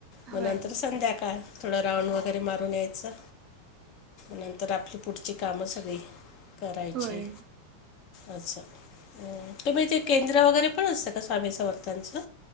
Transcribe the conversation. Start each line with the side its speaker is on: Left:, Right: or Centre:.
Left: मग
Right: होय
Left: नंतर
Right: ना
Left: संध्याकाळ थोडं राऊंड वगैरे मारून यायचं नंत तर आपली पुढची कामं सगळी करायची.
Right: होय
Left: अच्छा तुम्ही तेे केंद्र वगैरे पण असतं का स्वामी समर्थांचं?